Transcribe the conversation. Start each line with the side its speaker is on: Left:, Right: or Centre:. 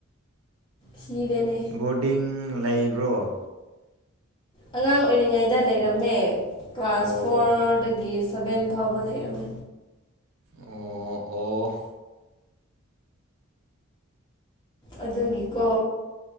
Left: ꯊꯤꯔꯦꯅꯦ
Right: ꯕꯣꯔꯗꯤꯡ ꯂꯩꯕ꯭ꯔꯣ꯫
Left: ꯑꯉꯥꯡ ꯑꯣꯏꯔꯤꯉꯩꯗ ꯂꯩꯔꯝꯃꯦ ꯀ꯭ꯂꯥꯁ
Right: ꯑꯣ
Left: ꯐꯣꯔꯗꯒꯤ ꯁꯚꯦꯟ ꯐꯥꯎꯕ ꯂꯩꯔꯝꯃꯦ꯫
Right: ꯑꯣ ꯑꯣ
Left: ꯑꯗꯨꯒꯤꯀꯣ꯫